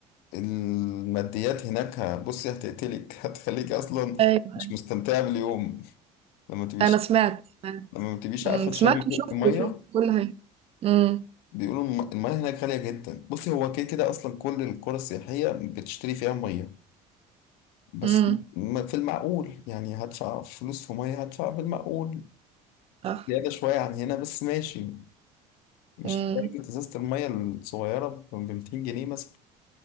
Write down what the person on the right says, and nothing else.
ايوه
انا سمعت سمعت
أمم،
سمعت
وشفت
وشفت كل حاجه امم
امم
صح
امم